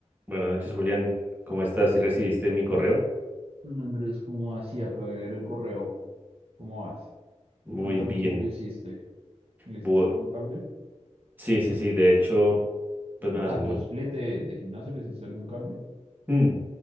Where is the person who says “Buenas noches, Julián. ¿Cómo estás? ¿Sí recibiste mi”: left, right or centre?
Right